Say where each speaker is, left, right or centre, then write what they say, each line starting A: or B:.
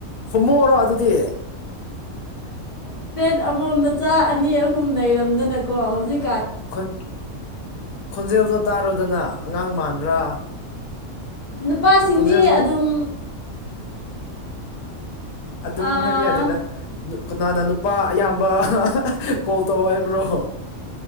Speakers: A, on the left; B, on the left.
A: ꯍꯣꯃꯣꯔꯣ ꯑꯗꯨꯗꯤ
B: ꯑꯃꯣꯝ ꯅꯆꯥ ꯑꯅꯤ ꯑꯍꯨꯝ ꯂꯩꯔꯝꯗꯅꯀꯣ ꯍꯧꯖꯤꯛ
A: ꯈꯣꯟ ꯈꯣꯟꯖꯦꯜꯗꯣ ꯇꯥꯔꯣꯗꯅ ꯑꯉꯥꯡ ꯃꯥꯟꯕ꯭ꯔꯥ
B: ꯅꯨꯄꯥꯁꯤꯡꯗꯤ
A: ꯈꯣꯟꯖꯦꯜꯗꯣ
B: ꯑꯗꯨꯝ
A: ꯑꯗꯨꯝ
B: ꯑꯥ
A: ꯍꯥꯏꯕ ꯌꯥꯗꯦꯗ ꯅꯨ ꯀꯅꯥꯅ ꯅꯨꯄꯥ ꯑꯌꯥꯝꯕ ꯀꯣꯜ ꯇꯧ ꯍꯥꯏꯕ꯭ꯔꯣ